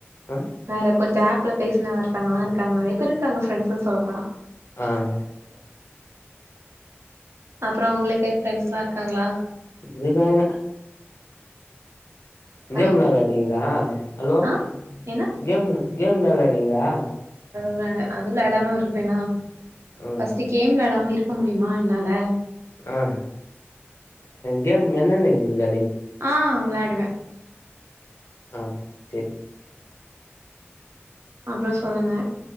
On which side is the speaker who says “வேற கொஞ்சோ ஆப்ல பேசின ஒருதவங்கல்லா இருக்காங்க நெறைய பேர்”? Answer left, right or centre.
Right